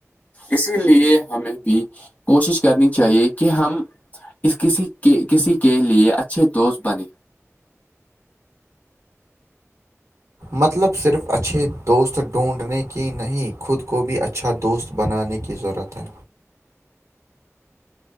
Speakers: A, on the left; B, on the right.
A: اسی لیے ہمیں بھی کوشش کرنی چاہیے کہ ہم اس کسی کے کسی کے لیے اچھے دوست بنیں
B: مطلب صرف اچھے دوست ڈھونڈنے کی نہیں خود کو بھی اچھا دوست بنانے کی ضرورت ہے